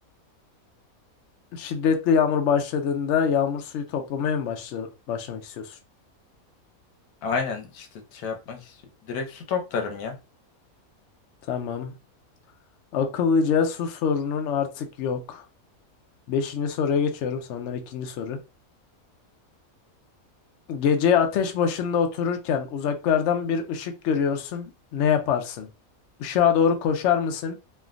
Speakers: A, on the left; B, on the left.
A: şiddetli yağmur başladığında yağmur suyu toplamaya mı başla başlamak istiyorsun?
B: Aynen işte şey yapmak için. Direkt su toplarım ya.
A: Tamam. Akıllıca su sorunun artık yok. Beşinci soruya geçiyorum. Sondan ikinci soru. Gece ateş başında otururken uzaklardan bir ışık görüyorsun. Ne yaparsın? Işığa doğru koşar mısın?